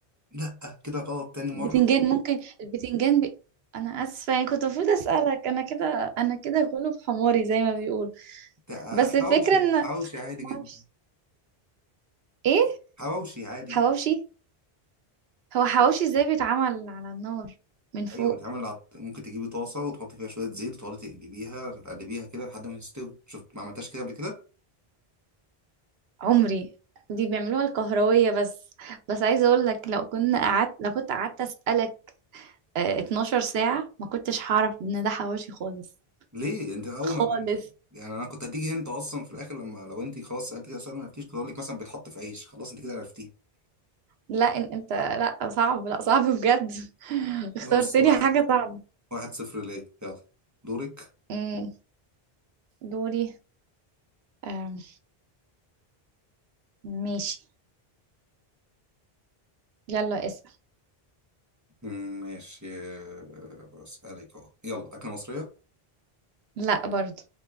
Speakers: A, on the right; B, on the right.
A: لا كده غلط تاني
B: بتنجان
A: مره
B: ممكن البتنجان ب... انا اسفه يعني كنت المفروض اسالك انا كده انا كده غلب حماري زي ما بيقول
A: ده
B: بس الفكره
A: حواوشي
B: ان
A: حواوشي عادي
B: معرفش
A: جدا
B: ايه
A: حواوشي عادي جدا
B: حواوشي هو حواوشي ازاي بيتعمل على النار من فوق
A: ايوه بيتعمل عط... ممكن تجيبي طاسه وتحطي فيها شويه زيت وتقعدي تقلبيها تقلبيها كده لحد ما تستوي شفت ما عملتهاش كده قبل كده
B: عمري دي بيعملوها الكهروية بس بس عايزة اقول لك لو كنا قعدت لو كنت قعدت اسألك آه، 12 ساعة ما كنتش هعرف ان ده حواوشي خالص
A: ليه انت اول
B: خالص
A: ما <laughs> يعني انا كنت هديكي انت اصلا في الاخر لما لو انت خلاص سالت كده سؤال ما عرفتيش كنت اقول لك مثلا بيتحط في عيش خلاص انت كده عرفتيه
B: لا إن- انت لا صعب لا صعب بجد <laughs> اخترت
A: خلاص
B: لي
A: واحد
B: حاجة صعبة
A: واحد صفر ليه يلا دورك
B: أمم، دوري آم، ماشي يلا اسأل
A: مم، ماشي آه، اسالك اهو يلا اكله مصريه
B: لا برضو